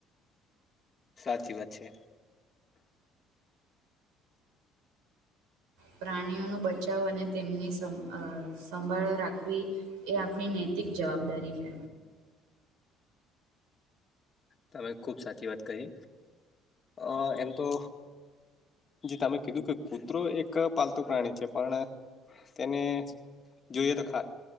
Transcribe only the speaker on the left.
સાચી વાત છે
તમે ખુબ સાચી વાત કહી અ એમ તો જે તમે કીધું કે કૂતરો એક પાલતુ પ્રાણી છે પણ તેને જોઈએ તો ખા